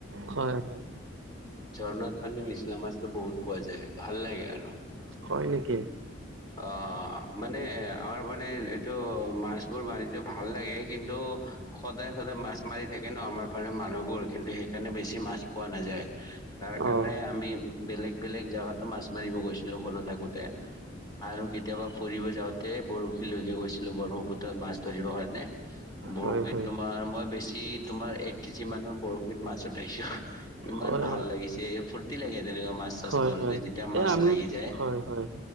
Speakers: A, on the right; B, on the left.
A: হয়। হয়
B: ঝৰনাত পাণ্ডে নিচলা মাছতো বহুত পোৱা যায় ভাল। লাগে আৰু
A: হয় নেকি
B: অ, মানে। আমাৰ মানে এইটো মাছবোৰ, মাৰিবোৰ ভাল লাগে। কিন্তু সদায়, সদায় মাছ মাৰি থাকে ন, আমাৰ পাৰে মানুহবোৰ কিন্তু সেইকাৰণে বেছি মাছ পোৱা নাযায়। তাৰ কাৰণে
A: অ
B: আমি বেলেগ, বেলেগ জাগাতো মাছ মাৰিব গৈছিলো সৰু থাকোতে। আৰু কেতিয়াবা ফুৰিব যাওঁতে বৰশী লৈও গৈছো। ব্ৰহ্মপুত্ৰত মাছ ধৰিব কাৰণে বৰশীত
A: হয় হয়
B: তোমাৰ মই বেছি তোমাৰ এক কেজি মান। বৰশীত মাছ উঠাইছো, ইমান
A: হয়
B: ভাল লাগিছে ফুৰৰ্তি লাগে তেনেকুৱা মাছ চাছ
A: হয়
B: মাৰো
A: হয়
B: যেতিয়া মাছ।
A: এ আমিও
B: লাগি যায়
A: হয়, হয়, হয়